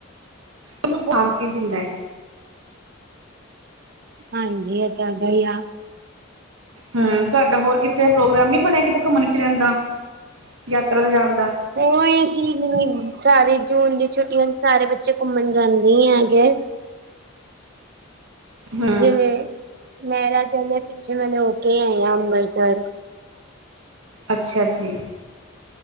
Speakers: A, on the right; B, on the right.
A: ਉਹਨੂੰ ਬਾਂਤੀ ਦਿੰਦਾ ਹੈ
B: ਹਾਂਜੀ ਇਹ ਤਾਂ ਹੈਗਾ ਹੀ ਆ
A: ਹਮ ਤੁਹਾਡਾ ਹੋਰ ਕਿਤੇ ਪ੍ਰੋਗਰਾਮ ਨੀ ਬਣਿਆ ਕਿਤੇ ਘੁੰਮਣ ਫਿਰਨ ਦਾ ਯਾਤਰਾ ਤੇ ਜਾਣ ਦਾ
B: ਉਹ ਅਸੀਂ ਸਾਰੇ ਜੂਨ ਦੀ ਛੁੱਟਟੀ ਹੁੰ ਸਾਰੇ ਬੱਚੇ ਘੁੰਮਣ ਜਾਂਦੇ ਹੀ ਹੈਗੇ
A: ਹਾਂ ਹ
B: ਜਿਵੇਂ ਮੇਰਾ ਕਿੰਦੇ ਪਿੱਛੇ ਮੈਨ ਹੋ ਕੇ ਆਏਆ ਅੰਮ੍ਰਿਤਸਰ
A: ਅੱਛਾ ਜੀ